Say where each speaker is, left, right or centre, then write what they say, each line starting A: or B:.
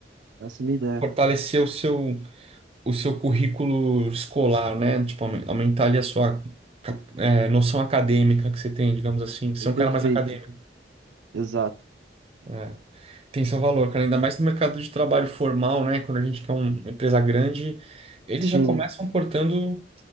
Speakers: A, on the right (about 80°); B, on the right (about 35°).
A: Essa é a minha ideia.
B: fortaleceu o seu. o seu currículo escolar, né? Tipo, aumen- aumentar ali a sua cap- é, noção acadêmica que você tem, digamos assim. Ser
A: É
B: um
A: perfeito.
B: cara mais acadêmico.
A: Exato.
B: né? Tem seu valor, cara. Ainda mais no mercado de trabalho formal, né? Quando a gente quer um, uma empresa grande, eles
A: Sim.
B: já começam cortando,